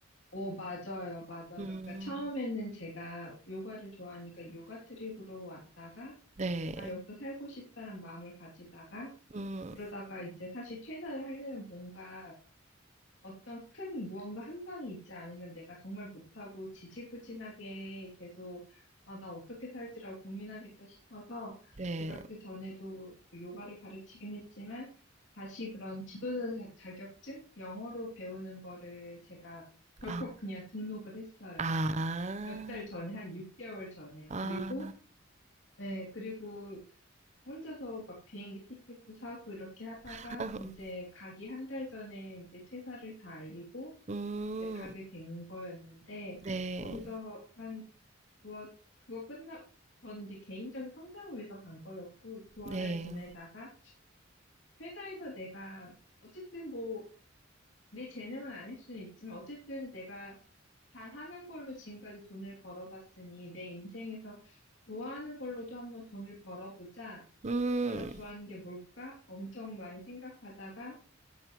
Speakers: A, on the left (about 65°); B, on the right (about 35°).
A: 오, 맞아요, 맞아요.
B: 음.
A: 그러니까 처음에는 제가 요가를 좋아하니까 요가 트립으로 왔다가,
B: 네.
A: 아, 여기서 살고 싶다는 마음을 가지다가,
B: 음.
A: 그러다가 이제 사실 퇴사를 하려면 뭔가 어떤 큰 무언가 한 방이 있지 않으면 내가 정말 못하고 지지부진하게 계속 아, 나 어떻게 살지라고 고민하겠다 싶어서
B: 네.
A: 제가 그 전에도 요가를 가르치긴 했지만 다시 그런 지도자 자- 자격증? 영어로 배우는 거를 제가 덜컥
B: 아.
A: 그냥 등록을 했어요.
B: 아.
A: 몇 달 전에, 한 6개월 전에.
B: 아.
A: 그리고, 네, 그리고 혼자서 막 비행기 티켓도 사고 이렇게 하다가
B: <laughs>
A: 이제 가기 한 달 전에 이제 퇴사를 다 알리고
B: 음.
A: 이제 가게 된 거였는데
B: 네.
A: 거기서 한 두어 그거 끝나 저는 이제 개인적인 성장을 위해서 간 거였고 두어
B: 네.
A: 달 지내다가 회사에서 내가 어쨌든 뭐 내 재능은 아닐 수는 있지만 어쨌든 내가 잘하는 걸로 지금까지 돈을 벌어봤으니 내 인생에서 좋아하는 걸로도 한번 돈을 벌어보자.
B: 음.
A: 내가 좋아하는 게 뭘까? 엄청 많이 생각하다가